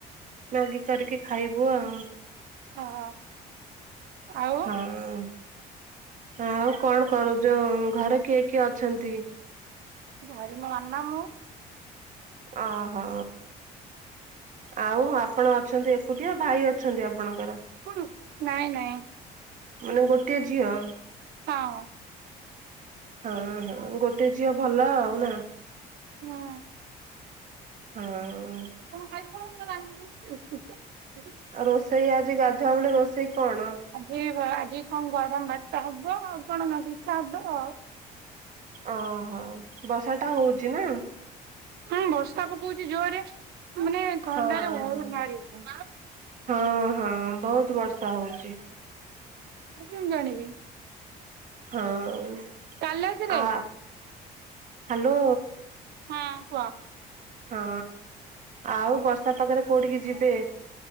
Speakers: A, on the right; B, on the right.
A: ମାଗି କରିକି ଖାଇବୁ ଆଉ।
B: <unintelligible> ଆଉ
A: ହଁ। ଉଁ ଆଉ କଣ କରୁ ଯୋଉ ଘରେ କିଏ କିଏ ଅଛନ୍ତି।
B: ଘରେ ମୋ ମାମା ମୁଁ।
A: ଅଁହଁ ଆଉ ଆପଣ ଅଛନ୍ତି ଏ କୁଟିଆ ଭାଇ ଅଛନ୍ତି ଆପଣଙ୍କର।
B: <unintelligible> ନାଇଁ ନାଇଁ।
A: ମାନେ ଗୋଟିଏ ଝିଅ।
B: ହଁ।
A: ହଁ ହଁ ଗୋଟେ ଝିଅ ଭଲ ଆଉ ନା।
B: ହୁଁ
A: ହଁ।
B: <unintelligible>
A: ଆଉ ରୋଷେଇ ଆଜି ଗାଧୁଆ ବୋଳେ ରୋଷେଇ କଣ।
B: ଆଜି ଭ ଆଜି କଁ ଗରମ ଭାତ ହବ ଆଉ କଣ <unintelligible> ଖିଆ ହବ ଆଉ।
A: ଅଁହଁ ବର୍ଷା ଟା ହୋଉଚି ନା।
B: ହୁଁ ବର୍ଷା ପକୋଉଚି ଯୋରେ ମାନେ ଥଣ୍ଡାରେ
A: ହଁ
B: ଘରୁ
A: ହଁ
B: ବାହାରି ହଉନି।
A: ହଁ ହଁ ବୋହୁତ ବର୍ଷା ହୋଉଚି।
B: ମୁଁ କେମି ଜାଣିବି।
A: ହଁ
B: କାଲି ରାତିରେ
A: ଆ ହାଲୋ।
B: ହଁ କୁହ।
A: ହଁ ଆଉ ବର୍ଷା ପାଗରେ କୋଉଠିକି ଯିବେ।